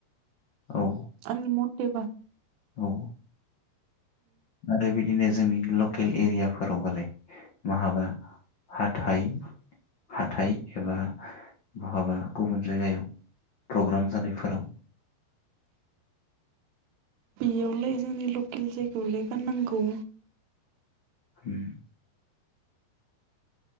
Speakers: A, on the left; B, on the right.
A: औ
B: आंनि मटे बा
A: औ आरो बिदिनो जोंनि लकेल एरियाफोरावबालाय बहाबा हाथाइ हाथाइ एबा बहाबा गुबुन जायगायाव प्रग्राम जानायफोराव
B: बेयावलाय जोंनि लकेल जायगायावलाय गाननांगौ
A: होम